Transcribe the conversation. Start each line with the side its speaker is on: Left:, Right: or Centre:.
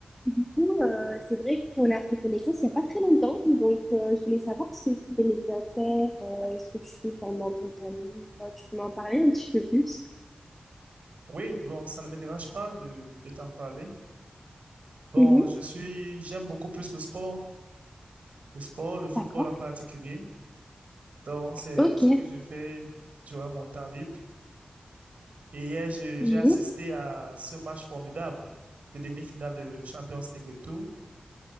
Centre: Du coup, euh, c'est vrai qu'on a fait connaissance il n'y a pas très longtemps. Donc, euh, je voulais savoir ce que tu aimais bien faire, euh, ce que tu fais pendant ton temps libre. Tu peux m'en parler un petit peu plus?
Right: Oui, bon, ça ne me dérange pas de, de t'en parler. Bon,
Centre: Mhm,
Right: je suis, j'aime beaucoup plus le sport, le sport, le football
Centre: d'accord.
Right: en particulier. Donc, c'est
Centre: Ok,
Right: ce que je fais durant mon temps libre. Et hier, je-
Centre: Julie,
Right: j'ai assisté à ce match formidable, le demi-finale de Champions League Retour.